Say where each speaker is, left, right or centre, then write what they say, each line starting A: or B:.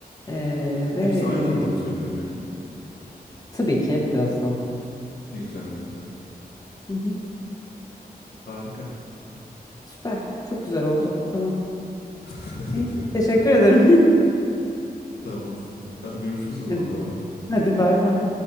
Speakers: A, on the left; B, on the left.
A: E, ve
B: Hepsi aynı anda mı
A: e,
B: söylüyor peki?
A: tabii ki hep birazdan.
B: Ne güzel ne güzel.
A: Hı hı.
B: Harika.
A: Süper, çok güzel oldu. Tamam.
B: <laughs>
A: İyi, teşekkür ederim.
B: Tamam.
A: <laughs>
B: Hadi görüşürüz o zaman.
A: Hadi,
B: Bay bay.
A: hadi bay bay.